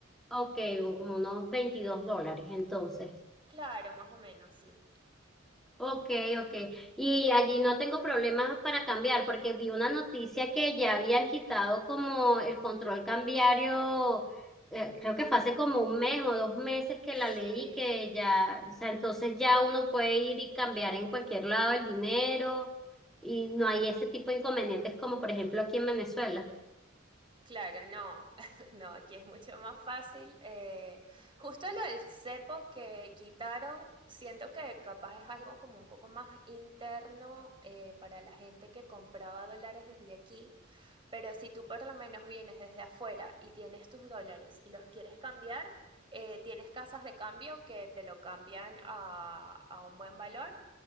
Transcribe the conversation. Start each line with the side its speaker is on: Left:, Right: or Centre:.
Centre: Ok, como unos 22 dólares entonces.
Right: Claro, más o menos, sí.
Centre: Ok, ok. Y allí no tengo problemas para cambiar, porque vi una noticia que ya habían quitado como el control cambiario, eh, creo que fue hace como un mes o dos meses que
Right: Sí.
Centre: la leí, que ya, o sea, entonces ya uno puede ir y cambiar en cualquier lado el dinero y no hay ese tipo de inconvenientes como por ejemplo aquí en Venezuela.
Right: Claro, no, <laughs> no, aquí es mucho más fácil. eh, justo lo del cepo que quitaron, siento que capaz es algo como un poco más interno eh, para la gente que compraba dólares desde aquí, pero si tú por lo menos vienes desde afuera y tienes tus dólares y los quieres cambiar, eh, tienes casas de cambio que te lo cambian a, a un buen valor.